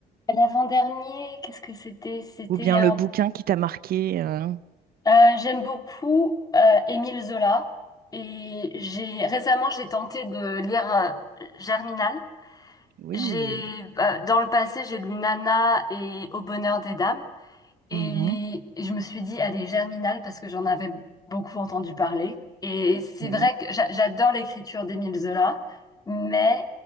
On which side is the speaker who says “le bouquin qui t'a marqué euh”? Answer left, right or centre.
Right